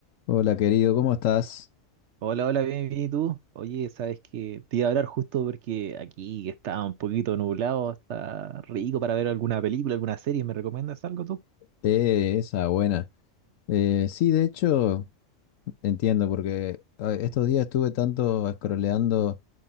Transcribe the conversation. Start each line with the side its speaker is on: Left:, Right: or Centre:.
Left: Hola querido, ¿cómo estás?
Right: Hola, hola, bien, bien, ¿y tú? Oye, sabes que te iba a hablar justo porque aquí que está un poquito nublado, está rico para ver alguna película, alguna serie. ¿Me recomiendas algo tú?
Left: Eh, esa buena. Eh, sí, de hecho, entiendo, porque ah, estos días estuve tanto scrolleando